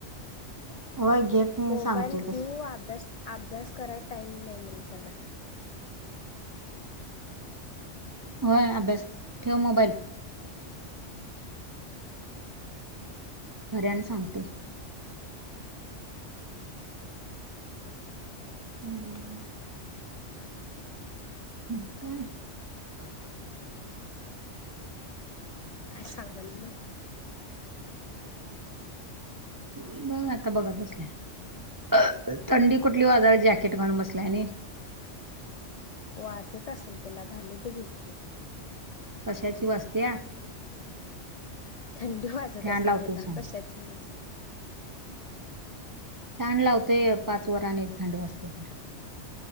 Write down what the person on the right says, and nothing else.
<inaudible> नाही
सांगतोय तस
होय, अभ्यास ठेव मोबाईल खऱ्यान सांगतोय. हम्म! बरं <unintelligible> <unintelligible>
बघं आता बघत बसल्या थंडी कुठली वाजाल्या
जॅकेट घालून बसलाय, आणि.
कशाची वाजत्या?
फॅन
लावतोय
सांग
फॅन लावतोय, पाच वर आणि थंडी वाचते त्याला